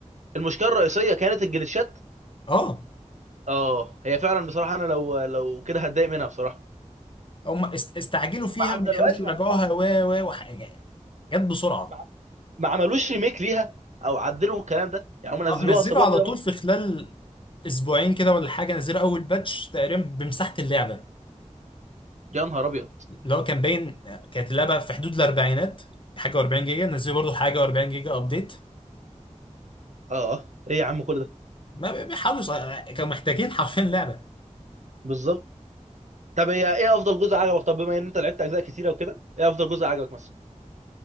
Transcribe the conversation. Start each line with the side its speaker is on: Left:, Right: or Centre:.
Right: المشكله الرئيسيه كانت الجلitchات
Left: اه
Right: اه هي فعلا بصراحه انا لو لو كده هتضايق منها بصراحه
Left: هم است- استعجلوا فيها
Right: ما عدلوهاش
Left: وما لحقوش يراجعوها
Right: ما, ما,
Left: و و وحاجه جت بسرعه
Right: ما, ما عملوش ريميك ليها او عدلوا الكلام ده يعني هم نزلوها
Left: اه نزلوا
Right: وسابوها
Left: على
Right: كده
Left: طول
Right: بيضة
Left: في خلال اسبوعين كده ولا حاجه نزلوا اول باتش تقريبا بمساحه اللعبه
Right: يا نهار ابيض
Left: اللي هو كان باين كانت اللعبه في حدود الاربعينات حاجه و40 جيجا نزلوا برضو حاجه و40 جيجا ابديت
Right: اه ايه يا عم كل ده
Left: ما بي- بيحاولوا يص- كانوا محتاجين حرفيا لعبه
Right: بالظبط طب هي ايه افضل جزء عجبك طب بما ان انت لعبت اجزاء كتيره وكده ايه افضل جزء عجبك مثلا